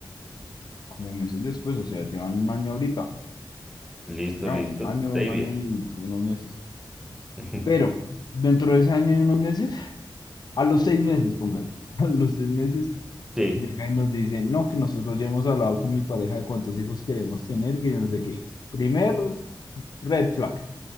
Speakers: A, on the left; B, in the centre.
A: como meses después, o sea, llevan un año ahorita.
B: listo,
A: Ya,
B: listo,
A: un año,
B: ahí
A: un
B: bien.
A: año y unos meses.
B: <laughs>
A: Pero dentro de ese año y unos meses, a los seis meses, póngale, <laughs> a los seis meses,
B: Sí.
A: llega y nos dice, no, que nosotros ya hemos hablado con mi pareja de cuántos hijos queremos tener, que no sé qué. Primer red flag.